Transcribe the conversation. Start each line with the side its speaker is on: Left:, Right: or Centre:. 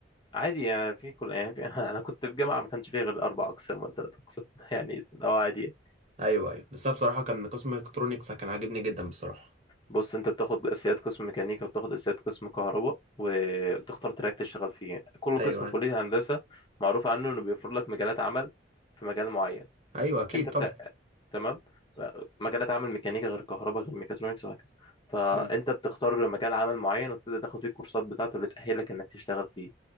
Left: عادي يعني في كل يعني في... <laughs> انا كنت في جامعه ما كانش فيها غير اربع اقسام ولا ثلاث اقسام <laughs> يعني لو عادي يعني.
Right: ايوه ايوه بس انا بصراحه كان قسم ميكاترونكس كان عاجبني جدا بصراحه
Left: بص انت بتاخد اساسيات قسم ميكانيكا وبتاخد اساسيات قسم كهرباء وبتختار تراك تشتغل فيه يعني كل
Right: ايوه
Left: قسم في
Right: ايوه
Left: كليه هندسه معروف عنه انه بيوفر لك مجالات عمل في مجال معين
Right: ايوه اكيد
Left: انت بت...
Right: طبعا
Left: تمام ف- مجالات عمل ميكانيكا غير كهرباء غير ميكاترونكس وهكذا فانت
Right: امم
Left: بتختار مجال عمل معين وتبدا تاخد فيه الكورسات بتاعته اللي تاهلك انك تشتغل فيه